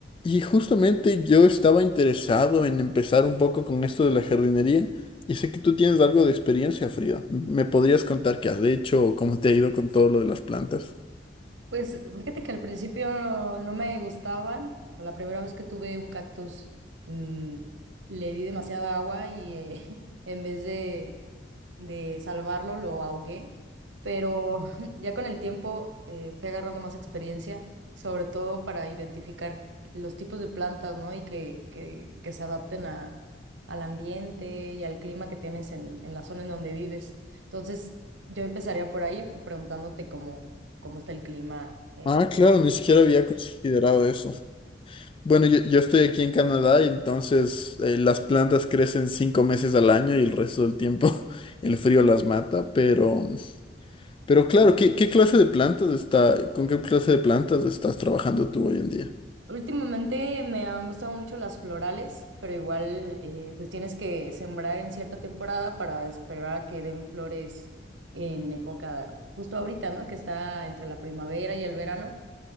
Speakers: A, on the left (about 30°); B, on the right (about 80°).
A: Y justamente yo estaba interesado en empezar un poco con esto de la jardinería y sé que tú tienes algo de experiencia, Frida. ¿Me podrías contar qué has hecho o cómo te ha ido con todo lo de las plantas?
B: Pues fíjate que al principio no me gustaban. O sea, la primera vez que tuve un cactus, mm, le di demasiada agua y eh, <laughs> en vez de, de salvarlo, lo ahogué, pero <laughs> ya con el tiempo eh, fui agarrando más experiencia, sobre todo para identificar los tipos de plantas, ¿no? Y que, que, que se adapten a, al ambiente y al clima que tienes en, en la zona en donde vives. Entonces, yo empezaría por ahí, preguntándote cómo, cómo está el clima eh,
A: Ah, claro, ni siquiera había considerado eso. Bueno, yo, yo estoy aquí en Canadá y entonces eh, las plantas crecen cinco meses al año y el resto del tiempo <laughs> el frío las mata, pero, pero claro, ¿qué, qué clase de plantas está, con qué clase de plantas estás trabajando tú hoy en día?
B: Últimamente me han gustado mucho las florales, pero igual eh, pues tienes que sembrar en cierta temporada para esperar a que den flores en época, justo ahorita, ¿no? Que está entre la primavera y el verano.